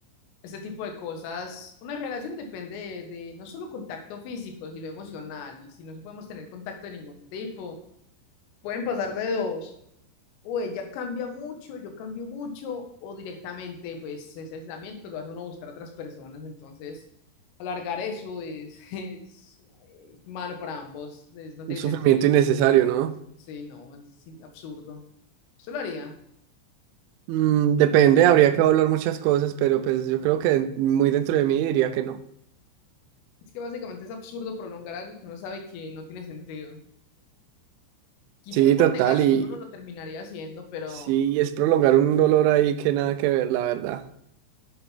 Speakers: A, on the left (about 90°); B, on the right (about 80°).
A: este tipo de cosas, una relación depende de, de no solo contacto físico, sino emocional, y si no podemos tener contacto de ningún tipo, pueden pasar de dos, o ella cambia mucho, yo cambio mucho, o directamente, pues ese aislamiento lo hace uno buscar a otras personas, entonces alargar eso es, <laughs> es, es malo para ambos, es- no tiene
B: Un sufrimiento
A: sentido.
B: innecesario, ¿no?
A: Sí, no, es sí, absurdo. Usted lo haría.
B: Mm, depende, habría que hablar muchas cosas, pero pues yo creo que muy dentro de mí diría que no.
A: Es que básicamente es absurdo prolongar algo que uno sabe que no tiene sentido. Quizás
B: Sí,
A: por
B: total,
A: negación
B: y
A: uno lo terminaría haciendo, pero...
B: sí, es prolongar un dolor ahí que nada que ver, la verdad.